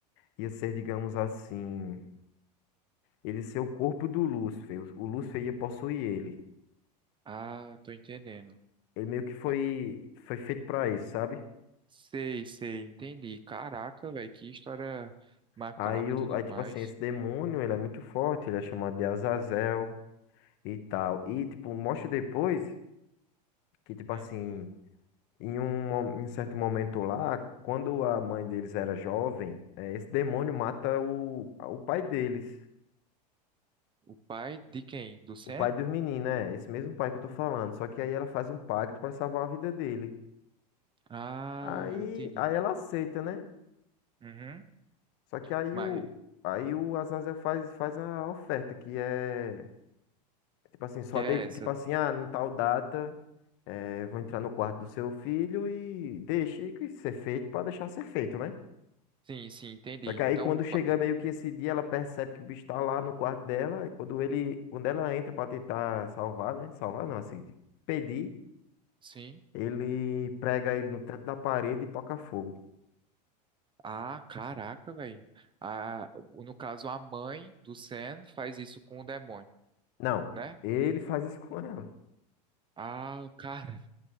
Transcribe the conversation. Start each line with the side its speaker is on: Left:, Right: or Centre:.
Left: ia ser, digamos assim ele ser o corpo do Lúcifer. O o Lúcifer ia possuir ele.
Right: Ah, tô entendendo.
Left: Ele meio que foi,
Right: Ah,
Left: foi feito pra isso, sabe?
Right: sei, sei, entendi. Caraca, velho, que história macabra
Left: Aí, o,
Right: e tudo
Left: aí,
Right: mais.
Left: tipo assim, esse demônio, ele é muito forte, ele é chamado de Azazel e tal. E, tipo, mostra depois que, tipo
Right: Hum.
Left: assim, em um, mo- em um certo momento lá, quando a mãe deles era jovem, eh, esse demônio mata o, o pai deles.
Right: O pai de quem? Do Sam?
Left: O pai dos meninos, né? Esse mesmo pai que eu tô falando. Só que aí ela faz um pacto pra salvar a vida dele.
Right: Ah,
Left: Aí,
Right: entendi.
Left: aí ela aceita, né?
Right: Uhum.
Left: Só que aí
Right: Mas
Left: o, aí o Azazel faz, faz a oferta, que é tipo assim, só
Right: que é
Left: de,
Right: essa?
Left: tipo assim, ah, em tal data, eh, vou entrar no quarto do seu filho e deixe que ser feito pra deixar ser feito, né?
Right: Sim, sim, entendi.
Left: Só que aí
Right: Então,
Left: quando chega
Right: pa-
Left: meio que esse dia, ela percebe que o bicho tá lá no quarto dela, e quando ele, quando ela entra pra tentar salvar, né? Salvar não, assim, de pedir,
Right: sim.
Left: ele prega ele no teto da parede e toca fogo.
Right: Ah, caraca, velho. Ah, no caso, a mãe do Sam faz isso com o demônio,
Left: Não,
Right: né?
Left: ele faz isso <laughs> com ela.
Right: Ah, cara,